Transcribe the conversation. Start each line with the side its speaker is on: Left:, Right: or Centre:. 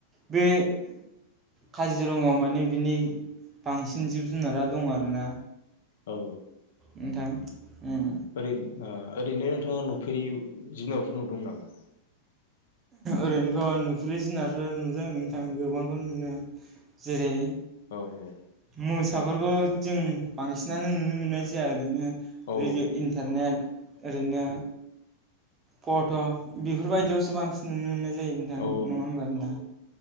Right: बे काजिरङायाव माने बिनि बांसिन जिब जुनारा दं आरोना।
Left: औ।
Right: नोंथां उम।
Left: ओरैनो ओ ओरैनो नोंथाङा नुफेरि जुनाफोर नुदों नामा?
Right: ओरैनोथ नुफैरै जुनारफोर नुदों नोंथां गोबांखौनो नुनो। जेरै
Left: औ औ।
Right: मोसाफोरखौ जों बांसिनानो नुनो मोन्नाय जाया ओरैनो
Left: औ
Right: रेडि इन्टारनेट ओरैनो फट' बेफोरबायदियावसो बांसिन नुनो मोन्नाय जायो नोंथां
Left: औ
Right: नङा होमबा।